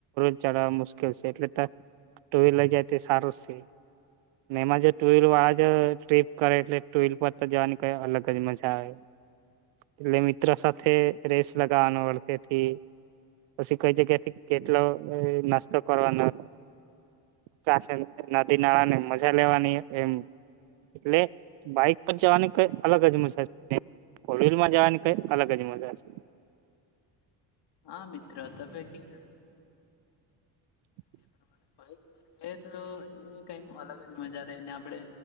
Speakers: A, on the right; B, on the left.
A: ચડવા મુશ્કેલ છે એટલે તો ટુ વ્હીલર જાય તે સારો છે એમાં જો ટુઈલ વાળ ટ્રીપ કરે એટલે ટુવલ પર તો જવાની કઈ અલગ જ મજા આવે એટલે મિત્ર સાથે રેસ લગાવાનો અડધેથી પછી કઈ જગ્યાથી કેટલો નાસ્તો કરવાનો. ચ નદી નાળા ને મજા લેવાની એમ એટલે બાઈક પર જવાની કઈ અલગ જ મજાજ કોડવીલમાં જવાની કઈ અલગ જ મજાશે
B: હા મિત્રો ત હ
A: <unintelligible>
B: <unintelligible> એ તો એની કઈ અલગ જ મજા રહીને આપણે